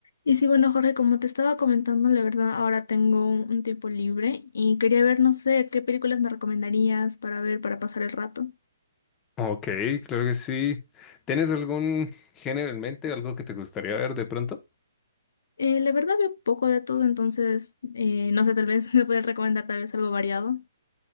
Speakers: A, on the left; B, on the left.
A: Y sí, bueno, Jorge, como te estaba comentando, la verdad, ahora tengo un, un tiempo libre y quería ver, no sé, qué películas me recomendarías para ver, para pasar el rato.
B: Ok, claro que sí. ¿Tienes algún género en mente, algo que te gustaría ver de pronto?
A: Eh, la verdad, veo un poco de todo, entonces, eh, no sé, tal vez <laughs> me puedes recomendar tal vez algo variado.